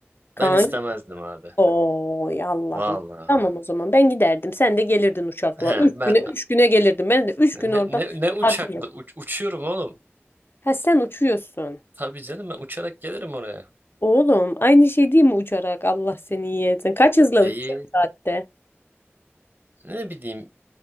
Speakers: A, on the left; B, on the right.
A: Kaan
B: Ben istemezdim abi.
A: Oy Allah'ım.
B: Valla.
A: Tamam o zaman ben giderdim. Sen de gelirdin uçakla.
B: He,
A: Üç
B: ben
A: güne, üç güne gelirdim. Ben de üç
B: ne,
A: gün orada
B: ne, ne uçakla
A: tatil yap.
B: uç- uçuyorum oğlum.
A: Ha sen uçuyorsun.
B: Tabii canım ben uçarak gelirim oraya.
A: Oğlum aynı şey değil mi uçarak? Allah seni iyi etsin. Kaç hızla
B: Değil.
A: uçuyorsun saatte?
B: Ne bileyim